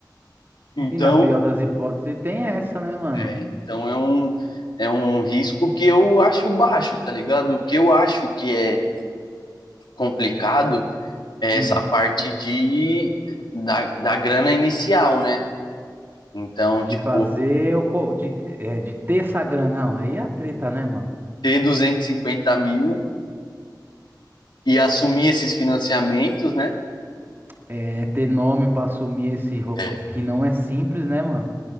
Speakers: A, on the left; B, on the right.
A: Então,
B: E na pior das hipóteses tem essa, né, mano?
A: é, então é, um, é um risco que eu acho baixo, tá ligado? O que eu acho que é complicado é
B: Hum,
A: essa parte de, da, da grana inicial, né? Então,
B: de
A: tipo,
B: fazer o. co- De, é, de ter essa grana. Não, aí é a treta, né, mano?
A: ter duzentos e cinquenta mil e assumir esses financiamentos, né?
B: É ter nome pra assumir esse, ro-
A: É.
B: esse que não é simples, né, mano?